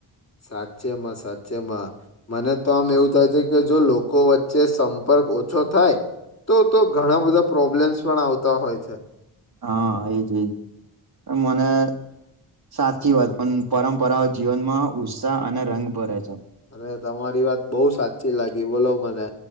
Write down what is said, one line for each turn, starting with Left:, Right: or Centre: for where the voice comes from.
Left: સાચેમાં સાચેમાં મને તો આમ એવું થાય છે, કે જો લોકો વચ્ચે સંપર્ક ઓછો થાય તો તો ઘણા બધા પ્રોબ્લેમ્સ પણ આવતા હોય છે,
Right: હા એજ એજ મને સાચી વાત પન પરંમપરાઓ જીવનમાં ઉત્સાહ અને રંગ ભરે છે,
Left: અરે તમારી વાત બો સાચી લાગી બોલો મને,